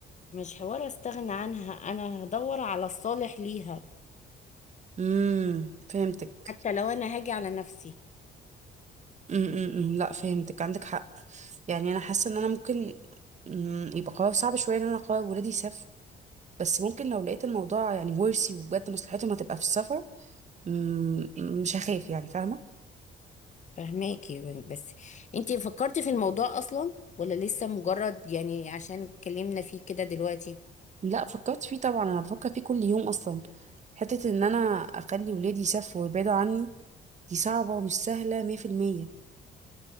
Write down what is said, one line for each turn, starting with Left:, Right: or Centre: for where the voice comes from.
Left: مش حوار استغنى عنها انا هدور على الصالح ليها
Right: امم فهمتك
Left: حتى لو انا هاجي على نفسي
Right: امم لا فهمتك عندك حق يعني انا حاسة ان انا ممكن مم، يبقى قرار صعب شوية ان انا اقرر ولادي يسافروا بس ممكن لو لقيت الموضوع يعني ورثي وبجد مصلحتهم هتبقى في السفر مم، مش هخاف يعني فاهمة
Left: فهماكي بس انتي فكرتي في الموضوع اصلا ولا لسه مجرد يعني عشان اتكلمنا فيه كده دلوقتي
Right: لا فكرت فيه طبعا انا بفكر فيه كل يوم اصلا حتة ان انا اخلي ولادي يسافروا ويبعدوا عني دي صعبة ومش سهلة مية في المية